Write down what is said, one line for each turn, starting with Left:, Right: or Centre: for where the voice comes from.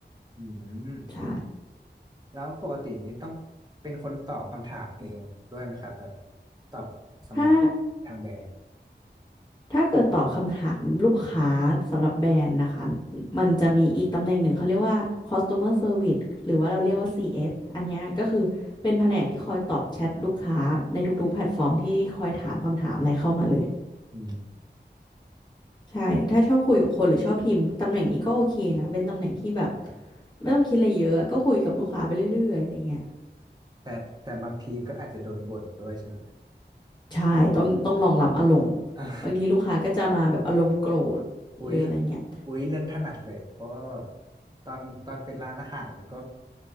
Right: อืม
Left: ำใช่
Right: แล้วปกตินี้ต้องเป็นคนตอบคำถามเองด้วยไหมครับแบบตอบสำหรับ
Left: ถ้า
Right: ทางแบรนด์
Left: ถ้าเกิดตอบคำถามลูกค้าสำหรับแบรนด์นะคะมันจะมีอีกตำแหน่งหนึ่งเขาเรียกว่า customer service หรือว่าเราเรียกว่า CS อสอันเนี้ยก็คือเป็นแผนกที่คอยตอบแชทลูกค้าในทุกๆแพลตฟอร์มที่คอยถามคำถามอะไรเข้ามาเลย
Right: อืม
Left: ใช่ ถ้าชอบคุยกับคนหรือชอบพิมพ์ตำแหน่งนี้ก็โอเคนะ เป็นตำแหน่งที่แบบไม่ต้องคิดอะไรเยอะอะก็คุยกับลูกค้าไปเรื่อยๆอะไรเงี้ย
Right: แต่แต่บางทีก็อาจจะโดนบ่นด้วยใช่ไหม
Left: ใช่ต้องต้องรองรับอารมณ์บางทีลูกค้าก็จะมาแบบอารมณ์โกรธหรืออะไรเงี้ย
Right: อะ <laughs> อุ๊ยอุ๊ยเรื่องถนัดเลยเพราะว่าแบบตอนตอนเป็นร้านอาหารเนี่ยก็